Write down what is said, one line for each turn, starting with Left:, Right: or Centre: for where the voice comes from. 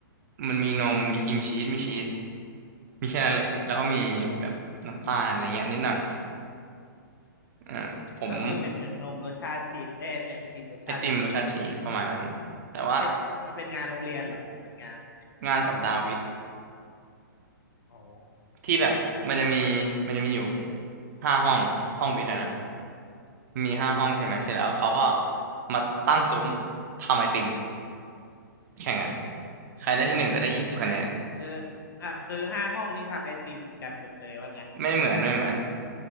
Right: มันมีนม มีครีมชีสมีชีสมีแค่นั้นเลยแล้วก็มีแบบน้ำตาลอะไรเงี้ยนิดหน่อยอ่าผม
Left: ก็คือเป็นเหมือนนมรสชาติชีสเอยไอติมรสชาติชีสอย่างงี้ใช่ไหม
Right: ไอติมรสชาติชีสประมาณนั้นแต่ว่า
Left: มันเป็นมันเป็นงานโรงเรียนเหรอหรือมันเป็นงานอะไร
Right: งานสัปดาห์วิทย์
Left: อ๋อ
Right: ที่แบบมันจะมีมันจะมีอยู่ห้าห้องห้องวิทย์อะนะมีห้าห้องใช่ไหมเสร็จแล้วเขาก็
Left: อ่า
Right: มาตั้งซุ้มทำไอติมแข่งกันใครได้ที่หนึ่งก็ได้ยี่สิบคะแนน
Left: อ่ะคืออ่ะคือห้าห้องนี้ทำไอติมเหมือนกันหมดเลยว่างั้น
Right: ไม่เหมือนไม่เหมือน